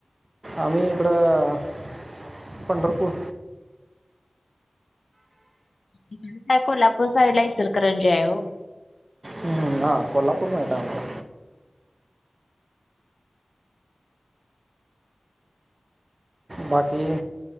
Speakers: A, on the right; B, on the left.
A: आम्ही, इकडं अ पंढरपूर
B: त्या कोल्हापूर साईड ला इचलकरणंजी हाय ओ
A: ह हा, कोल्हापूर माहित हाय आम्हाला बाकी